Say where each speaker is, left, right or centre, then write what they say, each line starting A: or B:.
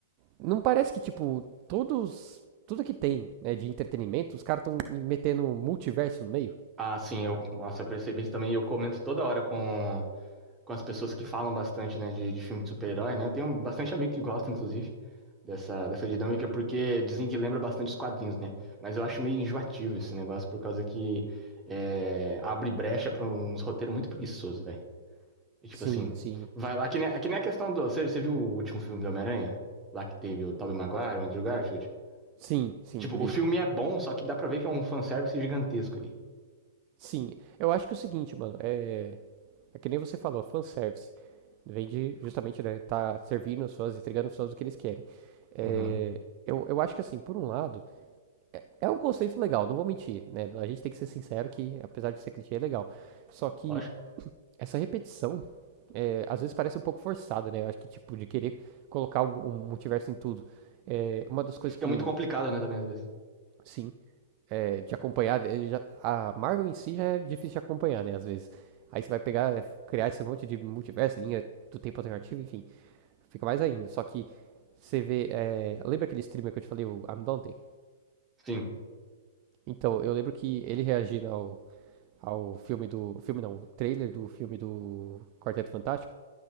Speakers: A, on the right; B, on the right.
A: Não parece que, tipo, todos. Tudo que tem, né, de entretenimento, os caras estão metendo multiverso no meio?
B: Ah, sim, eu, nossa, eu percebi isso também. Eu comento toda hora com, com as pessoas que falam bastante, né, de, de filme de super-herói, né? Eu tenho bastante amigo que gosta, inclusive, dessa, dessa dinâmica, porque dizem que lembra bastante os quadrinhos, né? Mas eu acho meio enjoativo esse negócio, por causa que é, abre brecha pra uns roteiros muito preguiçosos, velho. E tipo
A: Sim,
B: assim,
A: sim.
B: vai lá, que nem, é que nem a questão do. Você, você viu o último filme do Homem-Aranha? Lá que teve o Tobey Maguire, o Andrew Garfield?
A: Sim, sim,
B: Tipo,
A: eu vi.
B: o filme é bom, só que dá pra ver que é um fanservice gigantesco ali.
A: Sim. Eu acho que é o seguinte, mano, é. É que nem você falou, fanservice. Vem de justamente, né, tá servindo os fãs, entregando os fãs o que eles querem. É,
B: Uhum.
A: eu, eu acho que assim, por um lado, é um conceito legal, não vou mentir, né? A gente tem que ser sincero que, apesar de ser clichê, é legal. Só que
B: Lógico.
A: essa repetição, é, às vezes parece um pouco forçada, né? Eu acho que, tipo, de querer colocar um, um multiverso em tudo. É, uma das coisas
B: E fica
A: que,
B: muito complicado, né, também, às vezes.
A: sim, é, de acompanhar, é, já- a Marvel em si já é difícil de acompanhar, né? Às vezes. Aí você vai pegar, é, criar esse monte de multiverso, linha do tempo alternativo, enfim. Fica mais ainda. Só que você vê. é, Lembra aquele streamer que eu te falei, o I'm Dante?
B: Sim.
A: Então, eu lembro que ele reagindo ao, ao filme do. Filme não, o trailer do filme do Quarteto Fantástico.